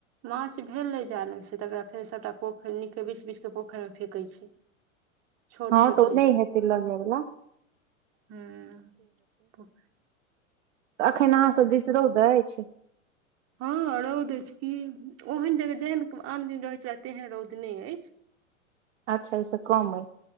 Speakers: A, on the right (about 35°); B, on the right (about 65°).
A: माछ भेलै, जालमे से तकरा फेर सबटा पोखरि नीकके बीछ-बीछ के पोखरिमे फेेकै छै। छोट
B: हँ,
A: छोट
B: तऽ ओ नहि हेतै लऽ जाइवला।
A: ह्म तऽ
B: त एखन अहाँसभ दिसरौद अछि।
A: हँ रौद अछि की ओहन जगह जेहन आन दिन रहैत छै आ तेहन रौद नहि अछि।
B: अच्छा, ऊसँ कम अइ?